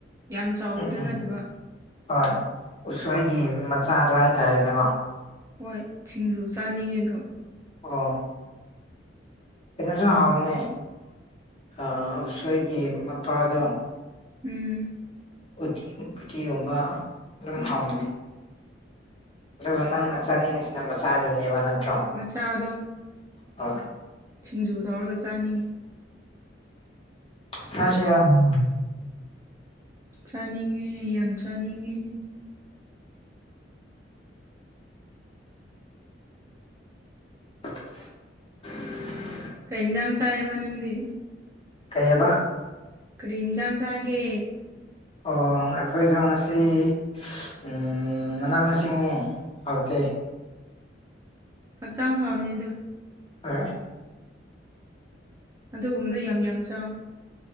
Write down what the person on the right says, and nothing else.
ꯌꯥꯝ ꯆꯥꯎꯕꯗꯨ
ꯅꯠꯇꯕ
ꯍꯣꯏ ꯁꯤꯡꯖꯨ ꯆꯥꯅꯤꯡꯉꯦ ꯑꯗꯣ
ꯎꯝ
ꯃꯆꯥꯗꯣ
ꯁꯤꯡꯖꯨ ꯇꯧꯔꯒ ꯆꯥꯅꯤꯡꯉꯤ
ꯆꯥꯅꯤꯡꯉꯦ ꯌꯥꯝ ꯆꯥꯅꯤꯡꯉꯦ
ꯀꯩ ꯏꯟꯖꯥꯡ ꯆꯥꯏꯌꯦꯕ ꯅꯪꯗꯤ
ꯀ꯭ꯔꯤ ꯏꯟꯖꯥꯡ ꯆꯥꯒꯦ
ꯍꯛꯆꯥꯡ ꯐꯕꯅꯦ ꯑꯗꯣ
ꯑꯗꯨꯒꯨꯝꯕꯗꯨ ꯌꯥꯝ ꯌꯥꯝ ꯆꯥꯎ